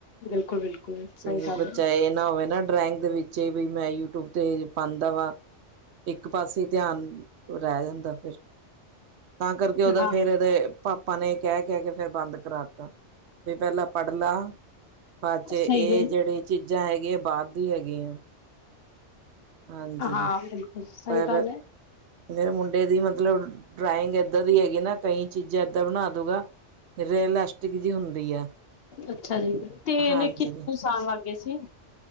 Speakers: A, on the left; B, on the right.
A: ਬਿਲਕੁਲ ਬਿਲਕੁਲ ਸਹੀ
B: ਤੇ,
A: ਗੱਲ
B: ਬੱਚਾ
A: ਹੈ
B: ਇਹ ਨਾ ਹੋਵੇ ਨਾ ਡਰਾਇੰਗ ਦੇ ਵਿੱਚ ਵੀ, ਮੈਂ ਯੂਟਿਊਬ 'ਤੇ ਪਾਂਦਾ ਵਾ। ਇੱਕ ਪਾਸੇ ਧਿਆਨ ਰਹਿ ਜਾਂਦਾ ਫਿਰ, ਤਾਂ ਕਰਕੇ ਉਹਦਾ
A: ਹਾਂ
B: ਫਿਰ ਇਹਦੇ ਪਾਪਾ ਨੇ ਕਹਿ-ਕਹਿਕੇ, ਫੇਰ ਬੰਦ ਕਰਾਤਾ। ਵੀ ਪਹਿਲਾਂ ਪੜ੍ਹ ਲਾ ਬਾਦ'ਚ ਇਹ
A: ਸਹੀ ਗੱਲ
B: ਜਿਹੜੀ ਚੀਜ਼ਾਂ ਹੈਗੀਆਂ, ਬਾਹਰ ਦੀ ਹੈਗੀਆਂ। ਹਾਂਜੀ,
A: ਹਾਂ ਬਿਲਕੁਲ ਸਹੀ
B: ਫਿਰ
A: ਗੱਲ ਹੈ
B: ਮੇਰੇ ਮੁੰਡੇ ਦੀ ਮਤਲਬ ਡਰਾਇੰਗ ਏਦਾਂ ਦੀ ਹੈਗੀ ਨਾ, ਕਈ ਚੀਜ਼ਾਂ ਏਦਾਂ ਬਣਾ ਦੂਗਾ ਰੀਇਲਾਸਟਿਕ ਦੀ ਹੁੰਦੀ ਆ।
A: ਅੱਛਾ ਜੀ, ਤੇ ਇਹਨੇ
B: ਹਾਂਜੀ
A: ਕਿਨੇ ਸਾਲ ਲੱਗਗੇ ਸੀ?